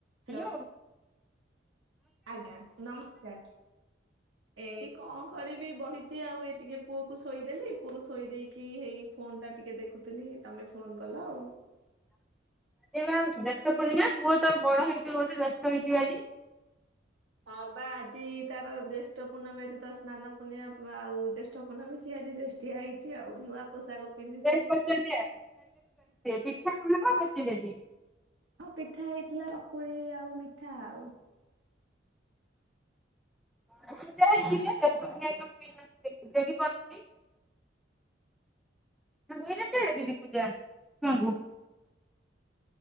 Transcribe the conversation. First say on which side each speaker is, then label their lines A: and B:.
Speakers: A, in the centre; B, on the right.
A: ହାଲୋ।
B: Hello ଆଜ୍ଞା ନମସ୍କାର ଏଇ। କଁ କରିବି ବସିଛି ଆଉ ଏଇ ଟିକେ ପୁଅକୁ ଶୋଇଦେଲି ପୁଅକୁ ଶୋଇ ଦେଇକି ହେଇ ଫୋନ ଟା ଟିକେ ଦେଖ ଖୁଥିଲି ତମେ ଫୋନ କଲ ଆଉ।
A: ଆଜି ବା ଜେଷ୍ଟ ପୂର୍ଣ୍ଣିମା ପୁଅ ତ ବଡ ହେଇଥିବ ଯଦି ଜେଷ୍ଟ ହେଇଥିବ ଆଜି।
B: ହଁ ବା ଆଜି ତାର ଯେଷ୍ଟ ପୂର୍ଣ୍ଣମୀ ଆଜି ତ ସ୍ନାନ ପୂର୍ଣିମା ଆଉ ଜେଷ୍ଠ ପୂର୍ଣମୀ ସିଏ ଆଜି ଜେଷ୍ ଜେଷ୍ଟିଆ ହେଇଛି ଆଉ ନୂଆ ପୋଷାକ। ପିନ୍ଧିଛି
A: ଡ୍ରେସ ପେଣ୍ଟ କେମତିଆ ନା ପିଠା କଣ କଣ କରିଛନ୍ତି ଆଜି।
B: ହଁ ପିଠା ହେଇଥିଲା ଚକୁଳି ଆଉ ମିଠା ଆଉ।
A: ଆଉ ପୂଜା ହେଇଥିବେ ଜେଷ୍ଟ ପୂର୍ଣ୍ଣିମାରେ ବା ପିଲାଙ୍କୁ ପୂଜା। ବି କରନ୍ତି। ନାଁ ହୁଏ ନା ସିଆଡେ ଦିଦି ପୂଜା ଛୁଆଙ୍କୁ।